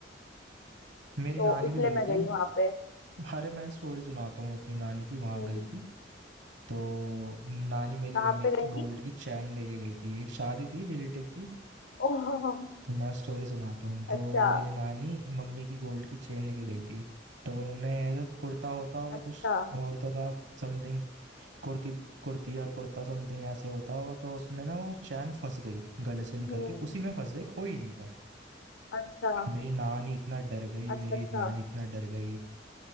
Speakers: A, on the right; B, on the left.
A: मेरी
B: तो
A: नानी
B: इसलिए
A: भी गई
B: मैं
A: थी
B: गई वहां पे
A: अरे मैं स्टोरी सुनाता हूँ अपनी नानी की वहां
B: हम्म,
A: गई थी तो नानी मेरी
B: कहाँ
A: मम्मी
B: पे
A: की
B: गई थी
A: गोल्ड की चैन लेके गई थी एक शादी थी रिलेटिव की
B: ओह
A: तो मैं स्टोरी सुनाता हूँ तो
B: अच्छा
A: मेरी नानी मम्मी की गोल्ड की चेन लेके गई थी तो उन्होंने जो कुर्ता होता होगा
B: अच्छा
A: कुछ औरतों का समथिंग कुर्ती कुर्ती और कुर्ता समथिंग ऐसे होता होगा तो उसमें ना वो चैन फंस गई गले से निकल
B: हम्म
A: के उसी में फंस गई खोई नहीं पर
B: अच्छा
A: मेरी नानी इतना डर गई
B: अच्छा
A: मेरी
B: अच्छा
A: नानी इतना डर गई